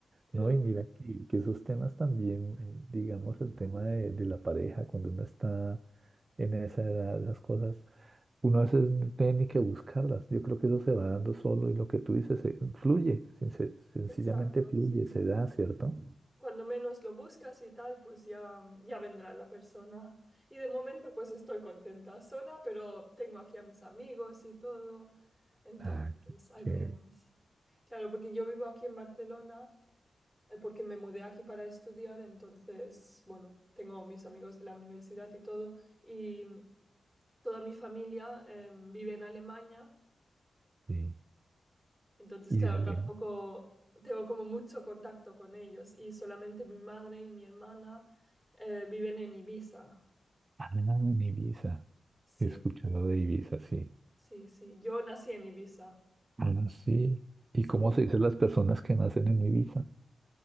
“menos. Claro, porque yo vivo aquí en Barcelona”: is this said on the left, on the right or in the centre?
Centre